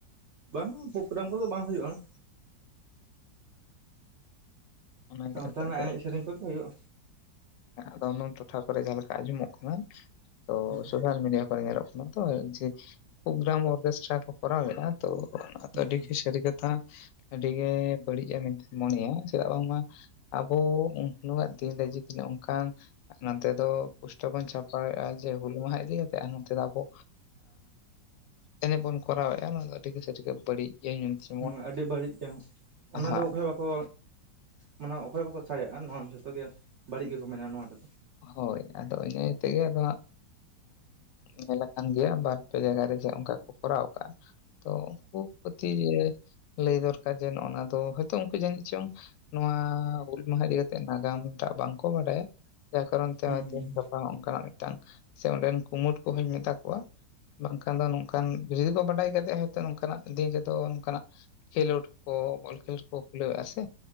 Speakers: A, on the right; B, on the left.
A: ᱵᱟᱝ-ᱟ ᱯᱨᱳᱜᱨᱟᱢ ᱠᱚ ᱫᱚ ᱵᱟᱝ ᱦᱩᱭᱩᱜᱼᱟ ᱚᱱᱮᱼᱼ
B: ᱚᱱᱟᱜᱮ
A: ᱥᱟᱶᱛᱟ
B: ᱟᱨᱠᱤ
A: ᱨᱮᱱᱟᱜ
B: ᱟᱫᱚ
A: ᱮᱱᱮᱡ ᱥᱮᱨᱮᱧ ᱠᱚ ᱜᱮ ᱦᱳᱭᱳᱜᱼᱟ
B: ᱟᱫᱚ ᱴᱚᱴᱷᱟ ᱠᱚ ᱨᱮ ᱡᱟᱦᱟ ᱞᱮᱠᱟ ᱟᱡᱚᱢᱚᱜ ᱠᱟᱱᱟ ᱛᱚ
A: ᱦᱩᱸ
B: ᱥᱳᱥᱟᱞ ᱢᱤᱰᱤᱭᱟ ᱠᱚ ᱨᱮ ᱧᱮᱞᱚᱜ ᱠᱟᱱᱟ ᱛᱚ ᱡᱮ ᱯᱨᱚᱜᱨᱟᱢ ᱚᱨᱠᱮᱥᱴᱟᱨ ᱠᱚ ᱠᱚᱨᱟᱣ ᱞᱮᱫᱼᱟ ᱛᱚ ᱚᱱᱟ ᱫᱚ
A: ᱦᱩᱸ
B: ᱟᱹᱰᱤ ᱜᱮ ᱥᱟᱹᱨᱤ ᱠᱟᱛᱷᱟᱼᱼ ᱟᱹᱰᱤ ᱜᱮ ᱵᱟᱹᱲᱤᱡ <unintelligible> ᱢᱚᱱᱮᱭᱟ ᱪᱮᱫᱟᱜ ᱵᱟᱝᱢᱟ ᱟᱵᱚ ᱩᱱ ᱦᱤᱞᱚᱜ ᱵᱟᱝ ᱫᱤᱱ ᱨᱮᱼᱼ ᱚᱱᱠᱟᱱ ᱱᱚᱛᱮ ᱫᱚᱼᱼ ᱯᱩᱥᱴᱟᱹᱣ ᱵᱚᱱ ᱪᱷᱟᱯᱟᱣ ᱮᱫᱼᱟ ᱡᱮ ᱦᱩᱞ ᱢᱟᱦᱟ ᱤᱫᱤ ᱠᱟᱛᱮᱜ ᱟᱨ ᱱᱚᱛᱮ ᱫᱚ ᱟᱵᱚᱼᱼ ᱮᱱᱮᱡ ᱵᱚᱱ ᱠᱚᱨᱟᱣ ᱮᱫᱼᱟ ᱚᱱᱟ ᱫᱚ ᱟᱹᱰᱤ ᱜᱮ ᱵᱟᱹᱲᱤᱡ ᱜᱮᱭᱟ <unintelligible>
A: ᱦᱩᱸ ᱟᱹᱰᱤ ᱵᱟᱹᱲᱤᱡ ᱜᱮᱭᱟ ᱚᱱᱟ
B: ᱦᱟᱸ
A: ᱫᱚ ᱚᱠᱚᱭ ᱵᱟᱠᱼᱼ ᱠᱚ ᱢᱟᱱᱮ ᱚᱠᱚᱭ ᱵᱟᱠᱚ ᱥᱟᱭᱟᱜᱼᱟ ᱱᱚᱣᱟ ᱡᱷᱚᱛᱚ ᱜᱮ ᱵᱟᱹᱲᱤᱡ ᱜᱮ ᱠᱚ ᱢᱮᱱᱟ ᱱᱚᱣᱟ ᱫᱚᱼᱼ
B: ᱦᱳᱭ ᱟᱫᱚ ᱤᱱᱟᱹ ᱛᱮ ᱜᱮ ᱟᱫᱚ ᱦᱟᱸᱜᱼᱼ ᱧᱮᱞ ᱟᱠᱟᱱ ᱜᱮᱭᱟ ᱵᱟᱨ ᱯᱮ ᱡᱟᱭᱜᱟ ᱨᱮ ᱚᱱᱠᱟ ᱠᱚ ᱠᱚᱨᱟᱣ ᱟᱠᱟᱜ-ᱟ᱾ ᱛᱚ ᱩᱱ ᱠᱩ ᱯᱚᱛᱤ ᱞᱟᱹᱭ ᱫᱚᱨ ᱠᱟᱨ ᱡᱮ ᱱᱚᱜ-ᱚ ᱱᱚᱣᱟ ᱫᱚ ᱦᱚᱭ ᱛᱳ ᱩᱱᱠᱩ ᱡᱟᱹᱱᱤᱡ ᱪᱚᱝ ᱱᱚᱣᱟ ᱦᱩᱞ ᱢᱟᱦᱟ ᱤᱫᱤ ᱠᱟᱛᱮᱜ ᱱᱟᱜᱟᱢ ᱴᱟᱜ ᱵᱟᱝ ᱠᱚ ᱵᱟᱰᱟᱭᱟ ᱡᱟ ᱠᱟᱨᱚᱱ ᱛᱮ
A: ᱦᱩᱸ ᱦᱩᱸ
B: ᱛᱮᱦᱤᱧ ᱜᱟᱯᱟ ᱚᱱᱠᱟᱱᱟᱜ ᱢᱤᱫ ᱴᱟᱝ ᱥᱮ ᱚᱰᱮᱱ ᱠᱩᱢᱩᱴ ᱠᱚᱦᱚᱧ ᱢᱮᱛᱟ ᱠᱚᱣᱟ᱾ ᱵᱟᱝ ᱠᱷᱟᱱ ᱫᱚ ᱱᱚᱝ ᱠᱟᱱ ᱡᱩᱫᱤ ᱠᱚ ᱵᱟᱰᱟᱭ ᱠᱟᱛᱮ ᱦᱚ ᱛᱚ ᱱᱚᱝ ᱠᱟᱱᱟᱜ ᱫᱤᱛᱚ ᱱᱚᱝ ᱠᱟᱱᱟᱜ ᱠᱷᱮᱞᱳᱰ ᱠᱚ ᱵᱚᱞ ᱠᱷᱮᱞᱳᱰ ᱠᱚ ᱠᱷᱩᱞᱟ. ᱣ ᱟᱥᱮ